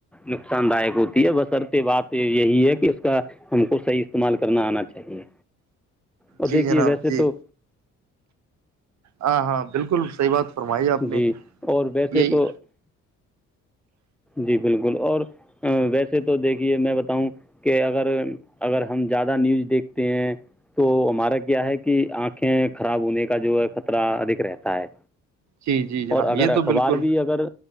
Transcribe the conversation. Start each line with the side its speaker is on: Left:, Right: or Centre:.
Centre: نقصان داک ہوتی ہے بسر بات یہی ہے کہ اس کا ہم کو صحیح استعمال کرنا آنا چاہیے اور
Right: جی
Centre: دیکھیے
Right: جناب
Centre: ویسے
Right: جی
Centre: تو
Right: ہاں ہاں بالکل صحی بات فرمائی آپ نے
Centre: جی اور ویسے
Right: یہی
Centre: تو جی بالکل اور ویسے تو دیکھیے میں بتاؤں کہ اگر اگر ہم زیادہ نیوز دیکھتے ہیں تو مارا گیا ہے کہ آنکھیں خراب ہونے کا جو ہے خطرہ ادھک رہتا ہے
Right: جی جی جناب
Centre: اور اگر
Right: یہ تو
Centre: اخبار
Right: بالکل
Centre: بھی اگر